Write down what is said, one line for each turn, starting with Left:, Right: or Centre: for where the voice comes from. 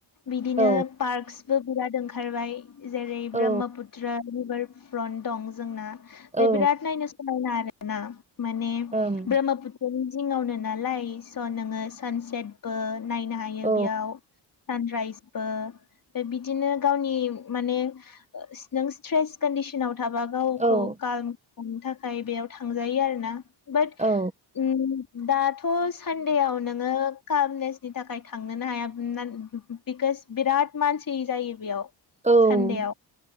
Left: बिदिनो
Right: औ
Left: पारसगबो बिराद ओंखारबाय जेरै
Right: औ
Left: ब्रह्मपुत्र रिभा फ्रन्ट दं जोंना दे
Right: औ
Left: बिराद नायनो समायना आरो ना माने
Right: ओम
Left: ब्रह्मपुत्र नि जिङाव नो नालाय स' नोङो सानसेबो नायनो हायो
Right: औ
Left: बियाव सानद्रायस बो बिदिनो गावनि माने ओ सिगां स्ते्स कोनदिसनाव थाबा गावखौ
Right: औ
Left: कारमफुदनि थाखाय बेयाव थां जायो आरो ना बाट
Right: औ
Left: उम दाथ' सानदेयाव नोङो कामलेसनि थाखाय थांनोनो हाया <unintelligible> इस बिराद मानसि जायो बेयाव
Right: औ
Left: सानदेआव